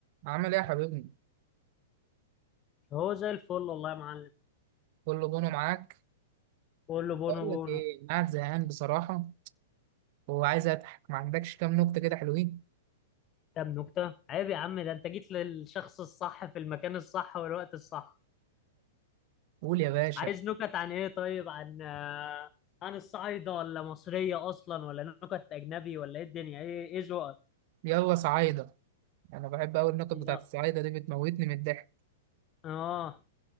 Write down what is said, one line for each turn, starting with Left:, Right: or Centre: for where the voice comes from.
Right: عامل ايه يا حبيبي؟
Left: هو زي الفل والله يا معلم
Right: كله جونه معاك؟
Left: بقول له بونو
Right: اقول
Left: بونو
Right: لك ايه انا قاعد زهقان بصراحة وعايز اضحك ما عندكش كام نكتة كده حلوين؟
Left: طب نكتة عيب يا عم ده انت جيت للشخص الصح في المكان الصح والوقت الصح
Right: قول يا باشا
Left: عايز نكت عن ايه طيب عن آه، عن الصعايدة ولا مصرية اصلا ولا نكت اجنبي ولا ايه الدنيا ايه ايه ذوقك
Right: يلا صعايدة انا بحب اوي النكت
Left: يا-
Right: بتاعت الصعايدة دي بتموتني من الضحك
Left: اه